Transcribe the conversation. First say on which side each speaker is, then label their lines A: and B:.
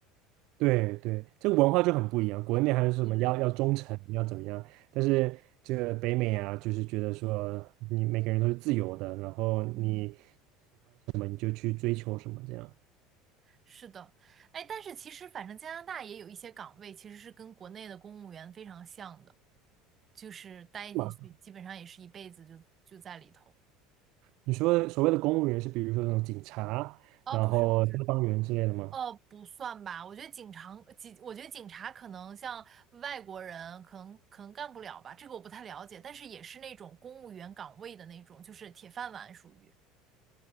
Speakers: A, on the right (about 50°); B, on the right (about 30°).
A: 对对，这个文化就很不一样。国内还是什么要要忠诚，
B: 对对对，
A: 要怎么样？但是这个北美啊，就是觉得说你每个人都是自由的，然后你
B: 嗯，
A: 你就去追求什么这样。
B: 是的，哎，但是其实反正加拿大也有一些岗位其实是跟国内的公务员非常像的。就是待进去，
A: 嘛
B: 基本上也是一辈子就就在里头。
A: 你说所谓的公务员是比如说那种警察，
B: 哦，
A: 然后消防员之类的吗
B: 不是不是，哦，不算吧。我觉得警察，警，我觉得警察可能像外国人，可能可能干不了吧，这个我不太了解。但是也是那种公务员岗位的那种，就是铁饭碗属于。